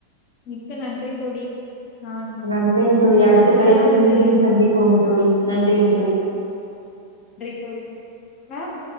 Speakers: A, on the left; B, on the left.
A: மிக்க நன்றி தோழி நான்
B: நன்றிங் தோழி
A: என்
B: அடுத்த
A: உரையாடலை
B: தலைப்பில் மீண்டும் சந்திப்போங் தோழி நன்றிங் தோழி
A: தொழி மேம்